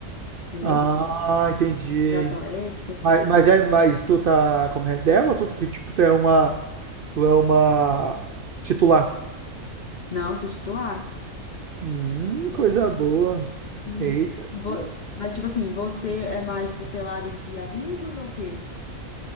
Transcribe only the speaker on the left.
entendeu?
Pra atlética e tudo
mais.
Não, sou titular.
Sou titular.
Hum.
E vo-
Mas, tipo assim, você é mais, tipo, pelada entre amigos ou o quê?